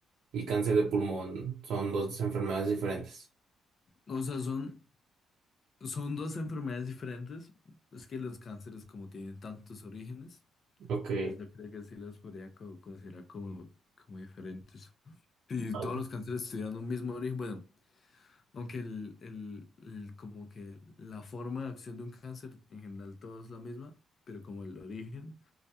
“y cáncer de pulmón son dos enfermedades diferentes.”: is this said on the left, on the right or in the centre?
Right